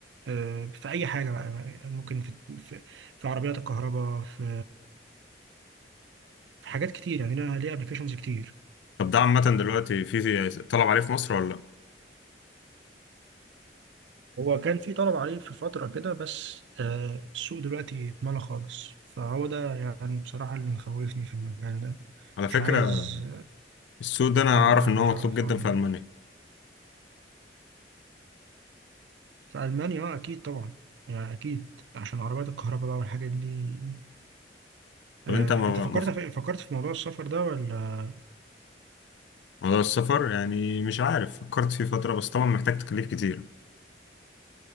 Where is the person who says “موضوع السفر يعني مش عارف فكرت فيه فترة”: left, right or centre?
Left